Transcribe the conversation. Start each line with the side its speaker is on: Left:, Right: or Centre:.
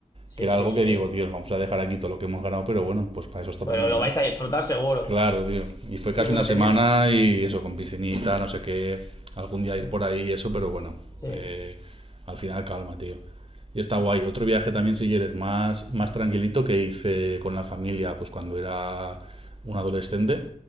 Left: sí,
Right: Que era
Left: sí,
Right: algo
Left: sí.
Right: que digo, tío, vamos a dejar aquí todo lo que hemos ganado, pero bueno, pues para eso está
Left: Bueno,
Right: también,
Left: lo
Right: ¿no?
Left: vais a disfrutar seguro.
Right: Claro, tío. Y fue
Left: Sí,
Right: casi
Left: bueno,
Right: una semana
Left: tenía.
Right: y eso, con piscinita, no sé qué. Algún día
Left: Pues,
Right: ir por ahí y eso, pero bueno.
Left: sí.
Right: eh, al final calma, tío. Y está guay. Otro viaje también, si quieres, más, más tranquilito que hice con la familia, pues cuando era un adolescente.